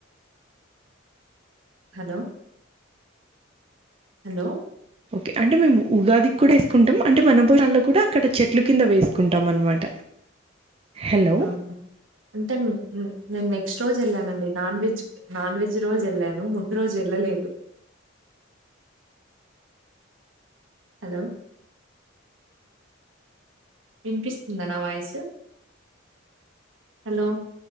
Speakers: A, on the right; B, on the right.
A: హలో హలో
B: ఓకే అంటే మేము ఉగాదికి కూడా వేసుకుంటాం అంటే వనభోజల్లో కూడా అక్కడ చెట్లు కింద వేసుకుంటాం అనమాట హలో
A: అ అంతే నే మీక్ నెక్స్ట్ రోజు వెళ్ళానండి నాన్ వెజ్ నాన్ వెజ్ రోజు వెళ్ళాను ముందు రోజు వెళ్ళలేదు హలో వినిపిస్తుందా నా వాయిసు హలో